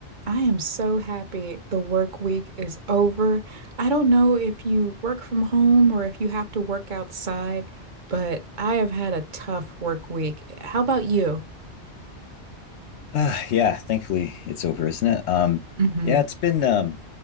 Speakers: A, on the right (about 50°); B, on the left (about 75°).
A: I am so happy the work week is over. I don't know if you work from home or if you have to work outside, but I have had a tough work week. How about you?
B: Uh, yeah, thankfully it's over, isn't it? Um,
A: hmm
B: yeah, it's been um,